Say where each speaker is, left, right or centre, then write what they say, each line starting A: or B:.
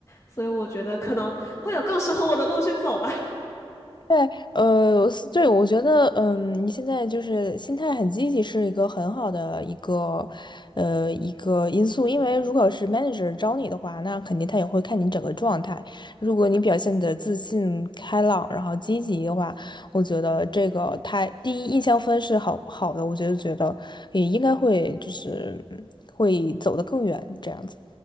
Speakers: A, on the left (about 30°); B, on the left (about 45°).
A: 所以我觉得可能会有更适合我的路去走吧。
B: 对，呃，是对，我觉得，嗯，你现在就是心态很积极，是一个很好的一个，呃，一个因素。因为如果是 manager 招你的话，那肯定他也会看你整个状态。如果你表现的自信、开朗，然后积极的话，我觉得这个他第一印象分是好好的，我觉得觉得也应该会就是嗯会走得更远这样子。